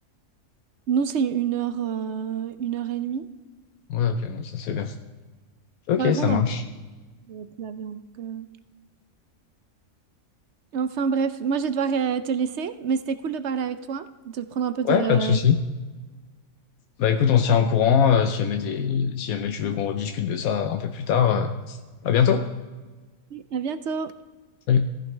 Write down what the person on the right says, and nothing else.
nous, c'est une heure, euh, une heure et demie.
Par
contre,
en bateau, euh, plus l'avion. donc, euh. Enfin bref, moi, je vais devoir euh, te laisser, mais c'était cool de parler avec toi, de prendre un peu de...
À bientôt!